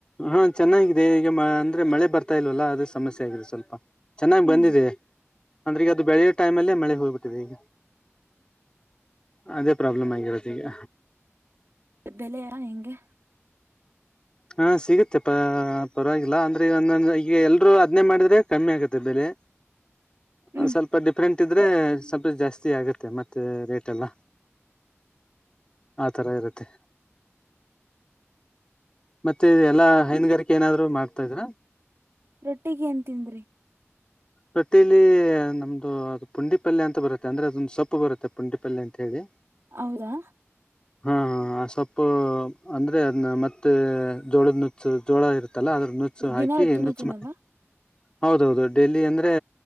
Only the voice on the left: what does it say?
ಹಾ ಚೆನ್ನಾಗಿದೆ ಈಗ ಅಂದ್ರೆ ಮಳೆ ಬರ್ತಾ ಇಲ್ವಲ್ಲ ಅದೇ ಸಮಸ್ಯೆ ಆಗಿದೆ ಸ್ವಲ್ಪ. ಚೆನ್ನಾಗಿ
ಬಂದಿದೆ ಅಂದ್ರೆ ಅದು ಬೆಳೆಯ ಟೈಮ್ ಅಲ್ಲೇ ಮಳೆ ಹೋಗಿಬಿಟ್ಟಿದೆ ಈಗ ಅದೇ ಪ್ರಾಬ್ಲಮ್ ಆಗಿರೋದು ಈಗ
ಹಾ ಸಿಗುತ್ತೆ ಪರವಾಗಿಲ್ಲ ಅಂದ್ರೆ ಒಂದೊಂದ ಈಗ ಎಲ್ರರು ಅದ್ನೇ ಮಾಡಿದ್ರೆ ಕಮ್ಮಿ ಆಗತ್ತೆ ಬೆಲೆ
ಹ ಸ್ವಲ್ಪ ಡಿಫ್ರೆಂಟ್ ಇಟ್ಟಿದ್ರೆ ಸ್ವಲ್ಪ ಜಾಸ್ತಿ ಆಗುತ್ತೆ ಮತ್ತೆ ರೇಟ್ ಎಲ್ಲ. ಆತರ ಇರುತ್ತೆ ಮತ್ತೆ ಎಲ್ಲಾ ಹೈನುಗಾರಿಕೆ ಏನಾದ್ರು ಮಾಡ್ತಾ ಇದ್ರ.
ರೊಟ್ಟಿಲಿ ನಮ್ದು ಅ ಪುಂಡಿಪಲ್ಯ ಅಂತ ಬರುತ್ತೆ ಅಂದ್ರೆ ಅದೊಂದು ಸೊಪ್ಪು ಬರುತ್ತೆ ಪುಂಡಿಪಲ್ಯ ಅಂತ. ಹೇಳಿ
ಹಾ ಹಾ ಆ ಸೊಪ್ಪು ಅಂದ್ರೆ ಅದನ್ನ ಮತ್ತೆ ಜೋಳದ ನುಚ್ಚ ಜೋಳ ಇರ್. ಇರುತ್ತಲ್ಲ ಅದ್ರ ನುಚ್ಚು ಹಾಕಿ
ನುಚ್ಚು
ಮಾಡ ಹೌದೌದು ಡೈಲಿ ಅಂದ್ರೆ